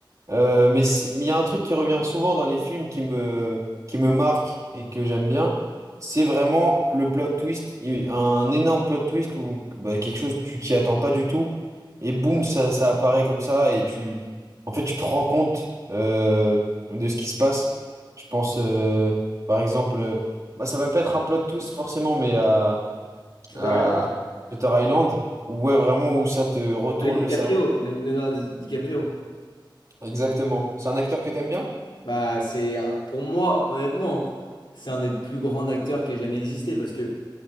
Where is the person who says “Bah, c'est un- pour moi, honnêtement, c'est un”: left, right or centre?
Left